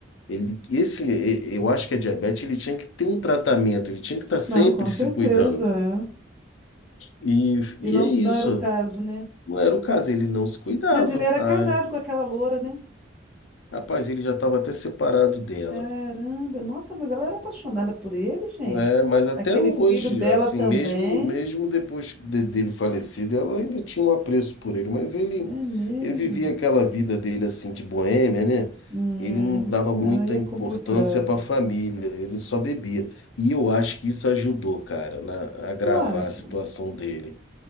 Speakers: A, on the left; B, on the right.
A: ele, esse, e- eu acho que a diabetes ele tinha que ter um tratamento, ele tinha que estar sempre
B: Não, com certeza,
A: se cuidando.
B: é.
A: E,
B: E
A: e
B: não,
A: é isso.
B: não era o caso, né?
A: Não era o caso, ele não se cuidava.
B: Mas ele era
A: Ah,
B: casado com aquela loura, né?
A: rapaz, ele já estava até separado dela.
B: Caramba, nossa, mas ela era apaixonada por ele, gente.
A: É, mas até
B: Aquele
A: hoje,
B: filho dela
A: assim,
B: também.
A: mesmo mesmo depois de- dele falecido, ela ainda tinha um apreço por ele, mas ele
B: É mesmo?
A: ele vivia aquela vida dele assim de boêmia, né?
B: É.
A: Ele não dava muita
B: Aí é
A: importância
B: complicado.
A: para a família, ele só bebia. E eu acho que isso ajudou, cara, na, a agravar
B: Eu acho.
A: a situação dele.